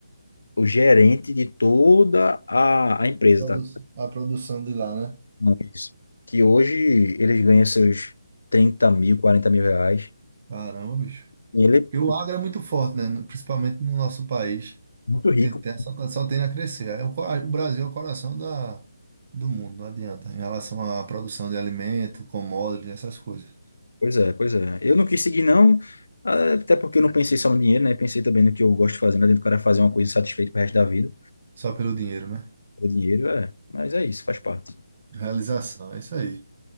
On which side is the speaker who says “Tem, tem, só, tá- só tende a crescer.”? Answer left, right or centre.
Right